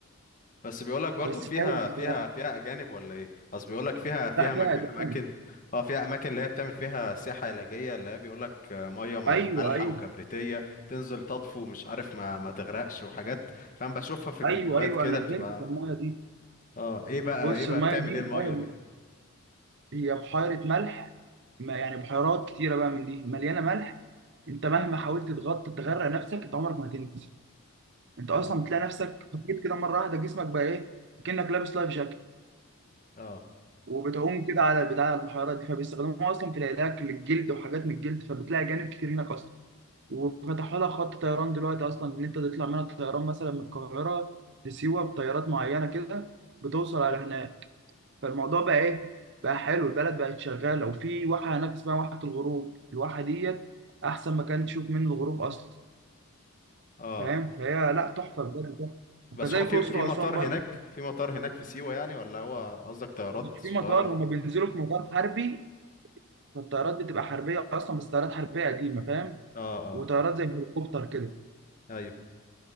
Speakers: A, on the left; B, on the right.
A: بس بيقولك برضو
B: بس
A: فيها
B: حلو بصراحه
A: فيها فيها اجانب ولا ايه اصل بيقولك فيها فيها
B: لا فيها
A: مك... اماكن
B: دم
A: اه فيها اماكن اللي هي بتعمل فيها سياحة علاجية اللي هي بيقولك آه، مية مل-
B: ايوه
A: مالحة
B: ايوه
A: وكبريتية تنزل تطفو مش عارف ما ما تغرقش وحاجات فاهم بشوفها في الفيديوهات
B: ايوه ايوه
A: كده
B: انا
A: بتبقى
B: نزلت في المايه دي
A: اه ايه بقى
B: بص
A: ايه بقى
B: المايه
A: بتعمل
B: دي
A: ايه المية
B: مية-
A: دي
B: هي بحيره ملح ما يعني بحيرات كتيره بقى من دي مليانه ملح انت مهما حاولت تغطي تغرق نفسك انت عمرك ما هتنزل انت اصلا
A: اه
B: بتلاقي نفسك خفيت كده مره واحده جسمك بقى ايه كأنك لابس لايف جاكيت
A: اه
B: وبتعوم كده على البتاع على البحيرات دي فبيستخدموها اصلا في العلاج للجلد وحاجات من الجلد فبتلاقي جانب كتير هناك اصلا وفتحوا لها خط طيران دلوقتي اصلا ان انت تطلع منها طيران مثلا من القاهره لسيوه بطيارات معينه كده بتوصل على هناك فالموضوع بقى ايه بقى حلو البلد بقت شغاله وفي واحه هناك اسمها واحه الغروب الواحه ديت احسن مكان تشوف منه الغروب اصلا
A: اه
B: فاهم فهي لا تحفه بجد تحفه وكذلك
A: بس هو في
B: الاقصر
A: في
B: واسوان
A: مطار
B: برضو
A: هناك في مطار هناك في سيوة يعني ولا هو قصدك طيارات
B: مش
A: صغيرة
B: في مطار هما بينزلوا في مطار حربي فالطيارات بتبقى حربيه اصلا بس طيارات حربيه قديمه فاهم
A: اه اه
B: وطيارات زي الهليكوبتر كده
A: ايوه